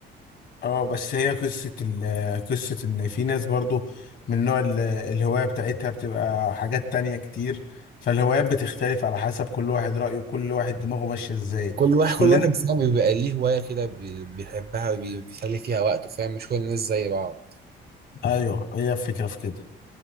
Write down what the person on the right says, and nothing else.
كل واحد
كل واحد فيهم بيبقى ليه هواية كده بي- بيحبها وبيسلي فيها وقته فاهم مش كل الناس زي بعض